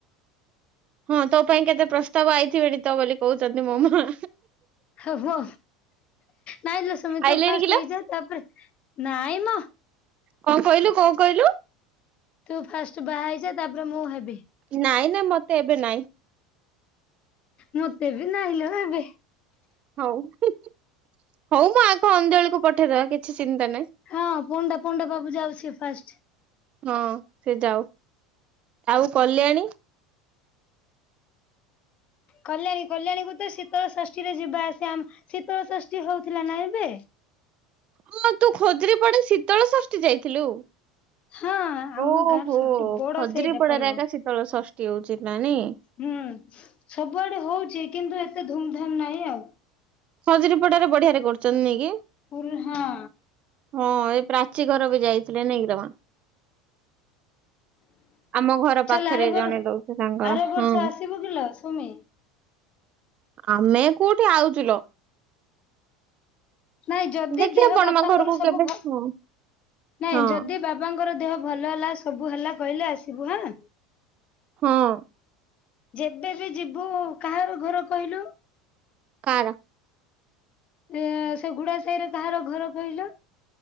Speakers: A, on the right (about 40°); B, on the left (about 40°).
A: ହଁ ତୋ ପାଇଁ କେତେ ପ୍ରସ୍ତାବ ଆଇଥିବେଣି ତ ବୋଲି କହୁଚନ୍ତି ମୋ ମା।
B: ଓ ହ ନାଇଁ ଲୋ ସୁମି
A: ଆଇଲେଣି
B: ତୁ ଫାଷ୍ଟ
A: କିଲୋ
B: ହେଇଯା ତାପରେ ନାଇଁ ମ
A: କଣ କହିଲୁ କଣ କହିଲୁ
B: ତୁ ଫାଷ୍ଟ ବାହା ହେଇଯା ତାପରେ ମୁଁ ହେବି।
A: ନାଇଁ ନାଇଁ ମତେ ଏବେ ନାଇଁ
B: ମତେ ବି ନାଇଁ ଲୋ ଏବେ
A: ହଉ ହଉ ମୁଁ ଆଗ ଅଞ୍ଜଳିକୁ ପଠେଇଦବା କିଛି ଚିନ୍ତା ନାହିଁ।
B: ହଁ ପଣ୍ଡା ପଣ୍ଡା ବାବୁ ଯାଉଚି ଫାଷ୍ଟ।
A: ହଁ ସେ ଯାଉ ଆଉ କଲ୍ୟାଣି?
B: କଲ୍ୟାଣୀ କଲ୍ୟାଣୀକୁୁ ତ ଶୀତଳ ଷଷ୍ଠୀ ରେ ଯିବା ଆସିବା ଆମ ଶୀତଳ ଷଷ୍ଠୀ ହଉଥିଲା ନା ଏବେ?
A: ହଁ ତୁ ଖୋଜୁରି ପଡ଼ା ଶୀତଳଷଷ୍ଠୀ ଯାଇଥିଲୁ?
B: ହଁ ଆମ
A: ଓହୋ
B: ଗାଁର ସବୁଠୁ ବଡ
A: ଖଜୁରୀ
B: ସେଇଟା
A: ପଡାରେ
B: ପର୍ବ
A: ଏକା ଶୀତଳ ଷଷ୍ଠୀ ହଉଛି ନା ନି।
B: ହୁଁ ସବୁଆଡେ ହଉଚି କିନ୍ତୁ ଏତେ ଧୁମ୍‌ଧାମ୍ ନାହିଁ ଆଉ।
A: ଖଜୁରୀପଡା ରେ ବଢିଆରେ କରୁଛନ୍ତି ନେ କି?
B: ଓୁଲ୍ ହାଁ।
A: ହଁ ଏଇ ପ୍ରାଚୀ ଘର ବି ଯାଇଥିଲେ ନାଇଁ କି ରମା। ଆମ ଘର
B: ଚାଲ
A: ପାଖରେ
B: ଆର ବର
A: ଜଣେ ରହୁଚି ତାଙ୍କର
B: ଆର
A: ହଁ।
B: ବର୍ଷ ଆସିବୁ କିଲୋ ସୁମି
A: ଆମେ କୋଉଠି ଆଉଚୁଲ।
B: ନାଇଁ ଯଦି
A: ଦେଖିବା
B: ଦେହ
A: ବଡମା
B: ବାପାଙ୍କର
A: ଘରକୁ
B: ସବୁ
A: କେବେ
B: ଭ୍
A: ହଁ
B: ନାଇଁ
A: ହଁ
B: ଯଦି ବା ବାପାଙ୍କର ଦେହ ଭଲ ହେଲା ସବୁ ହେଲା କହିଲେ ଆସିବୁ ହାଁ।
A: ହଁ।
B: ଯେବେ ବି ଯିବୁ କାହାର ଘର କହିଲୁ?
A: କାଆର।
B: ଏ ସେ ଗୁଡା ସାହିରେ କାହାର ଘର କହିଲ?